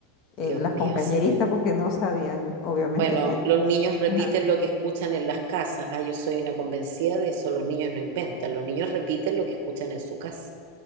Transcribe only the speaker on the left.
eh, las
compañeritas
porque no sabían, obviamente,
que...
Ajá.